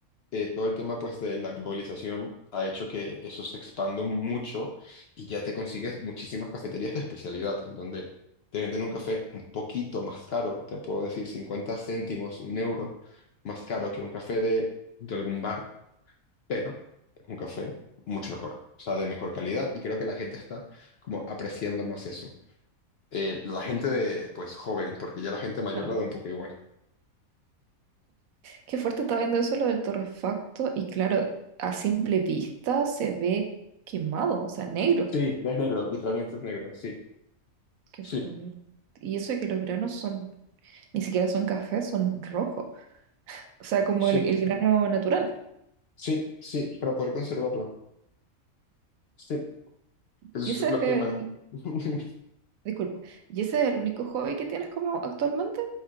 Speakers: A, on the left; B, on the right.
A: eh, todo el tema pues de la globalización ha hecho que eso se expanda mucho y ya te consigues muchísimas cafeterías de especialidad en donde te venden un café un poquito más caro, te puedo decir 50 céntimos, un euro más caro que un café de, de algún bar pero es un café mucho mejor, o sea, de mejor calidad y creo que la gente está como apreciando más eso. Eh, la gente de, pues, joven, porque ya la gente mayor
B: Claro.
A: la da un poco igual.
B: Qué fuerte está viendo eso lo del torrefacto. Y claro, a simple vista se ve quemado, o sea, negro.
A: Sí, es negro, literalmente es negro, sí,
B: Qué
A: sí,
B: fuerte. Y eso de que los granos son, ni siquiera son cafés, son rojos. O sea, como
A: sí,
B: el, el grano natural.
A: sí, sí, para poder conservarlo, sí, eso
B: Y ese
A: es lo
B: es, eh,
A: queman. <laughs>
B: disculpa, ¿y ese es el único hobby que tienes como actualmente?